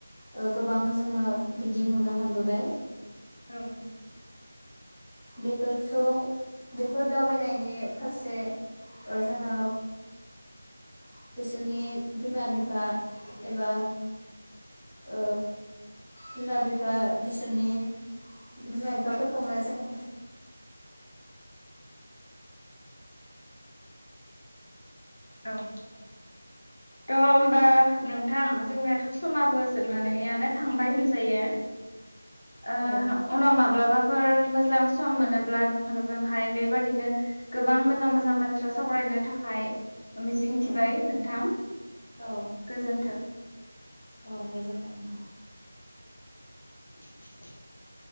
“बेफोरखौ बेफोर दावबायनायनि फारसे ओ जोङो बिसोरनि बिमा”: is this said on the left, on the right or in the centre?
Centre